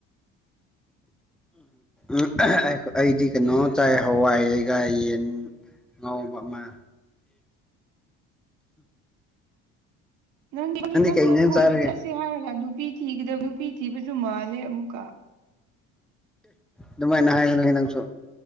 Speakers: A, in the centre; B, on the right.
A: ꯎ ꯑꯩꯗꯤ ꯀꯩꯅꯣꯝ ꯇꯥꯏ ꯍꯋꯥꯏꯒ ꯌꯦꯟ ꯑꯃ
B: ꯅꯪꯗꯤ ꯃꯤ ꯈꯛꯇꯪ
A: ꯀꯩ ꯏꯟꯖꯥꯡ
B: ꯀꯣꯏꯕ
A: ꯆꯥꯔꯒꯦ
B: ꯆꯠꯁꯦ ꯍꯥꯏꯔꯒ ꯅꯨꯄꯤꯗ ꯅꯨꯄꯤ ꯊꯤꯕꯁꯨ ꯃꯥꯜꯂꯦ ꯑꯃꯨꯛꯀ
A: ꯑꯗꯨꯃꯥꯏꯅ ꯍꯥꯏꯒꯅꯨ ꯅꯪꯁꯨ